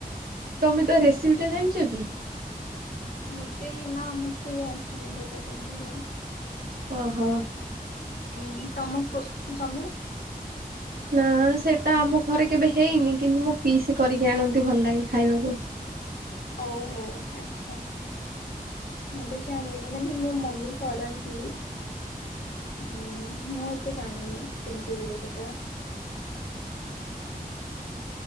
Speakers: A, on the right; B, on the left.
A: ତମେ ତ ରେସିପି ଟା ଜାଣିଛ କି?
B: ମୁଦେ ନା ମତେ ଟିକେ ଆସେନି ସେଟା କେମିତି ହୁଏ।
A: ଓ ହୋ।
B: ହୁଁ ତମ ତୁ ତମେ
A: ନା ସେଟା ଆମ ଘରେ କେବେ ହେଇନି, କିନ୍ତୁ ମୁଁ ପିଇସ କରିକି ଆଣନ୍ତି ଭଲ ଲାଗେ ଖାଇବାକୁ।
B: ଓ ହୋ ଆଚ୍ଛା। ମୁଁ ବି ଜାଣିନି ମାନେ ମୋ ମମି କରନ୍ତି। ହୁଁ ମୁଁ ଏତେ ଜାଣିନି କେମିତି ହୁଏ ସେଟା